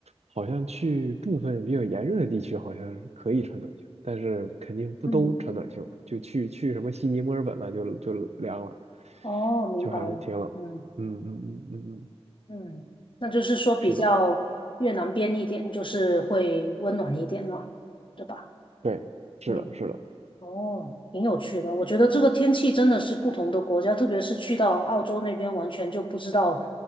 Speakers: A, on the right; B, on the left.
A: 好像去部分比较炎热的地区，好像是可以穿短袖，但是肯定不都穿短袖。
B: 嗯，
A: 就去去什么悉尼、墨尔本了，就就凉了，
B: 哦，明白了，
A: 就还是挺冷。
B: 嗯。
A: 嗯嗯嗯嗯嗯，
B: 嗯，那就是说比较越南边一点，
A: 是的，
B: 就是会温暖一点了，对吧？
A: 对，是的，
B: 嗯，
A: 是的，
B: 哦，挺有趣的。我觉得这个天气真的是不同的国家，特别是去到澳洲那边，完全就不知道